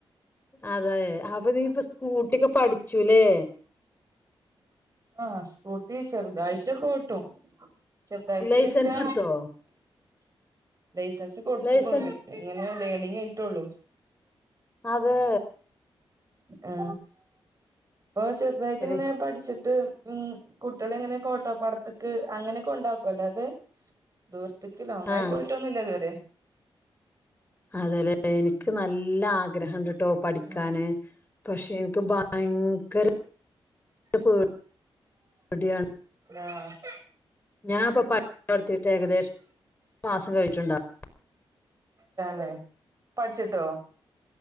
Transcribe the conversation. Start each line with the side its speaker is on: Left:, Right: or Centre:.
Left: അതെ അപ്പൊ നീ ഇപ്പ സ്കൂട്ടിക്കെ പഠിച്ചുല്ലേ
Right: ആഹ് സ്കൂട്ടി ചെറുതായിട്ടക്ക ഓട്ടും ചെറുതായിട്ട്
Left: ലൈസൻസ്
Right: വച്ചാ
Left: എടുത്തോ
Right: ലൈസൻസ് കൊടുത്തുക്നു
Left: ലൈസൻസ്
Right: ഇങ്ങനെ ലേണിംഗ് കഴിഞ്ഞിട്ടുള്ളു
Left: അതെ
Right: അ ഇപ്പൊ ചെറുതായിട്ട്
Left: എടി
Right: ഇങ്ങനെ പഠിച്ചിട്ട് ഉം കുട്ടികളേ ഇങ്ങനെക്കെട്ടോ പടത്തക്ക് അങ്ങനേ കൊണ്ടാകും അല്ലാതെ ദൂരത്തേക്ക് ലോങ്ങായി
Left: ആഹ്
Right: പോയിട്ടൊന്നുല്ല ഇതുവരെ
Left: അതാല്ലെ എനിക്ക്
Right: ഉം
Left: നല്ല ആഗ്രഹണ്ട്ട്ടോ പഠിക്കാന്
Right: ഉം
Left: പക്ഷേ എനിക്ക് ഭയങ്കര പേടിയാ പേടിയാണ്
Right: ആഹ്
Left: ഞാനിപ്പൊ പടിക്കൽ തൊടത്തിയിട്ട് ഏകദേശം ഒരു മാസം കഴിഞ്ഞിട്ടുണ്ടാവും
Right: തന്നെ പഠിച്ചിട്ടോ